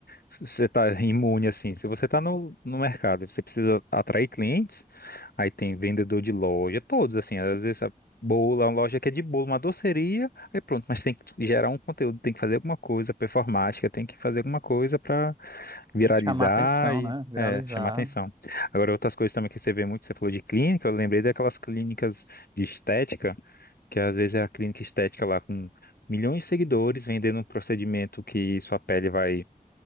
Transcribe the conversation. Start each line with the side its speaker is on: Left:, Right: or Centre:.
Left: Você está imune assim. Se você está no, no mercado, e você precisa atrair clientes, aí tem vendedor de loja, todos assim. Às vezes a bolo, uma loja que é de bolo, uma doceria, aí pronto, mas tem que gerar um conteúdo, tem que fazer alguma coisa performática, tem que fazer alguma coisa para viralizar
Right: chamar atenção,
Left: e
Right: né? Viralizar.
Left: é, chamar atenção. Agora, outras coisas também que você vê muito, você falou de clínica, eu lembrei daquelas clínicas de estética, que às vezes é a clínica estética lá com milhões de seguidores vendendo um procedimento que sua pele vai